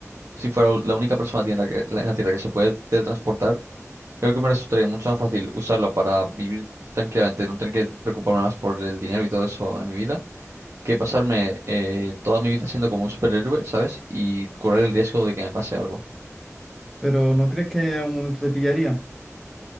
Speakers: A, on the right; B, in the centre.
A: si fuera la única persona en la, que- en la Tierra que se puede teletransportar Creo que me resultaría mucho más fácil usarlo para vivir tranquilamente, no tener que preocuparme más por el dinero y todo eso en mi vida, que pasarme eh, toda mi vida siendo como un superhéroe, ¿sabes? Y correr el riesgo de que me pase algo.
B: Pero ¿no crees que en algún momento te pillaría?